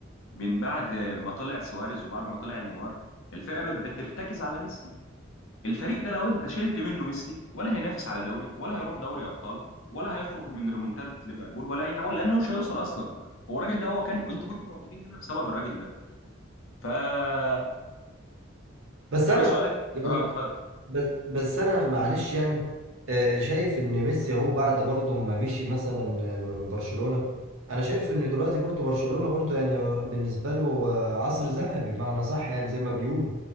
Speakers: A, on the left; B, on the right.
A: من بعد ما طلع سواريز وبعد ما طلع نيمار الفرقة بت- بترتكز على ميسي الفريق ده لو انت شلت منه ميسي ولا هينافس على دوري ولا هيروح دوري ابطال ولا هيخرج من ريمونتادة ليفربول ولا اي حاجه ولا انه مش هيوصل اصلا هو الراجل ده هو كان انتوا كنتوا موجودين هنا بسبب الراجل ده ف آه،
B: بس
A: ارجع
B: انا
A: لسؤالك
B: يعني
A: اه اتفضل
B: بس بس انا معلش يعني آه، شايف ان ميسي هو بعد برضه ما مشي مثلا آه، من برشلونة انا شايف ان دلوقتي برضه برشلونة برضه يعني آه، بالنسبة له آه، عصر ذهبي بمعنى صح يعني زي ما بيقولوا